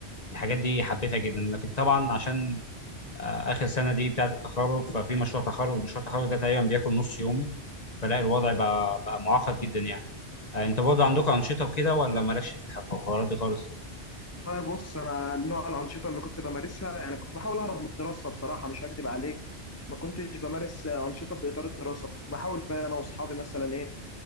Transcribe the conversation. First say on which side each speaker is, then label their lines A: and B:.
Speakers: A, on the left; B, on the left.
A: الحاجات دي حبيتها جدا لكن طبعا عشان آه، اخر سنه دي بتاعه التخرج ففي مشروع تخرج مشروع التخرج ده تقريبا بياكل نص يومي فلا الوضع بقى, بقى معقد جدا يعني آه، انت برضه عندكم انشطه وكده ولا مالكش في الحوارات دي خالص
B: طيب بص انا نوع الانشطه اللي كنت بمارسها يعني كنت بحاول اهرب من الدراسه بصراحه مش هكدب عليك ما كنتش بمارس انشطه في اطار الدراسه كنت بحاول بقى انا واصحابي مثلا ايه